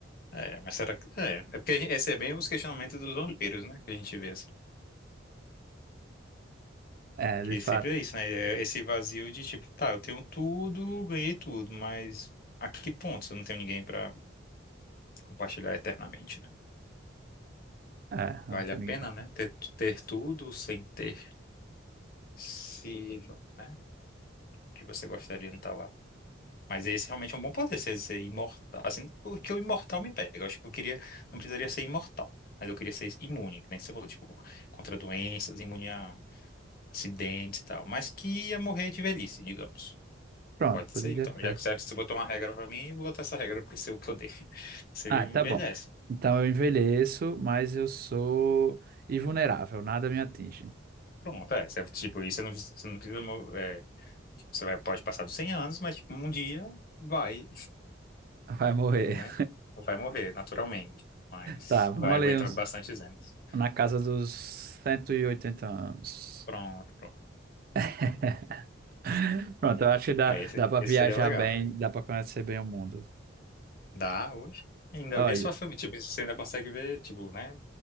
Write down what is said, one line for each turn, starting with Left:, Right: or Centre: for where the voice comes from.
Left: é, mas será que. É, é porque esse é bem os questionamentos dos vampiros, né? Que a gente vê assim.
Right: É,
Left: Porque
Right: de fato.
Left: sempre é isso, né? É Esse vazio de tipo, tá, eu tenho tudo, ganhei tudo, mas a que ponto se eu não tenho ninguém pra compartilhar eternamente, né?
Right: É, não
Left: Vale
Right: tem
Left: a pena,
Right: ninguém pra...
Left: né? Ter, ter tudo sem ter. Se, né? O que você gostaria não tá lá. Mas esse realmente é um bom poder, ser, ser imortal. Assim, o que o imortal me pega. Eu acho que eu queria, não precisaria ser imortal, mas eu queria ser imune, que nem você falou, tipo, contra doenças, imune a acidentes e tal. Mas que ia morrer de velhice, digamos.
Right: Pronto,
Left: Pode
Right: poderia
Left: ser, então.
Right: ser.
Left: Já que você você botou uma regra pra mim, eu vou botar essa regra pro seu poder. <laughs> Você
Right: Ah,
Left: envelhece.
Right: tá bom. Então eu envelheço, mas eu sou invulnerável, nada me atinge.
Left: Pronto, é. Você, tipo, isso você não, você não precisa. mo- é, tipo, você vai, pode passar dos 100 anos, mas tipo, um dia vai,
Right: Vai morrer.
Left: né? Vai morrer, naturalmente. Mas
Right: Tá, vamos
Left: vai
Right: ali
Left: aguentar
Right: uns,
Left: bastante anos.
Right: na casa dos 180 anos.
Left: Pronto, pronto.
Right: <laughs> Pronto, eu acho que dá,
Left: Aí esse,
Right: dá pra
Left: esse
Right: viajar
Left: seria legal.
Right: bem, dá pra conhecer bem o mundo.
Left: Dá hoje. Ainda
Right: Olha,
Left: vê sua família. Tipo, você ainda consegue ver, tipo, né?